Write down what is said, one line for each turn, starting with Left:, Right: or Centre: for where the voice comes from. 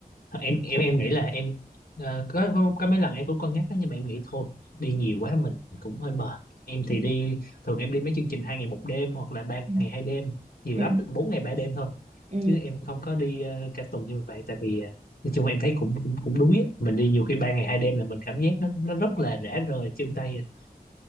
Left: em em em nghĩ là em ờ, có, có có mấy lần em cũng cân nhắc đó, nhưng mà em nghĩ thôi đi nhiều quá mình cũng hơi mệt em thì
Right: Ừ.
Left: đi thường em đi mấy chương trình hai ngày một đêm hoặc là ba
Right: Ừ.
Left: ngày hai đêm nhiều
Right: Ừ.
Left: lắm là bốn ngày ba đêm thôi
Right: ừ.
Left: chứ em không có đi ờ, cả tuần như vậy tại vì ờ, nói chung em thấy cũng cũng cũng đuối á mình đi nhiều khi ba ngày hai đêm là mình cảm giác nó nó rất
Right: Này,
Left: là rã rời chân tay ờ,